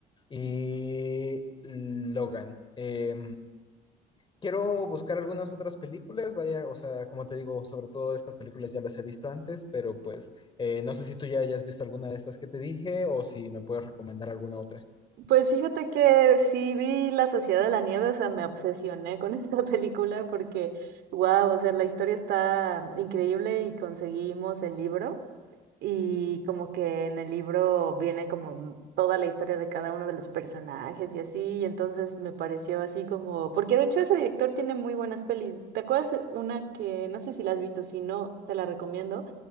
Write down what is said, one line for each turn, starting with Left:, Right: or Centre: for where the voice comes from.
Left: y Logan. Eh, Quiero buscar algunas otras películas, vaya, o sea, como te digo, sobre todo estas películas ya las he visto antes, pero pues eh, no sé si tú ya hayas visto alguna de estas que te dije o si me puedes recomendar alguna otra.
Right: Pues fíjate que sí vi La Sociedad de la Nieve, o sea, me obsesioné con <laughs> esta película porque, wow, o sea, la historia está increíble y conseguimos el libro y como que en el libro viene como toda la historia de cada uno de los personajes y así, y entonces me pareció así como, porque de hecho ese director tiene muy buenas pelis. ¿Te acuerdas una que, no sé si la has visto, si no, te la recomiendo?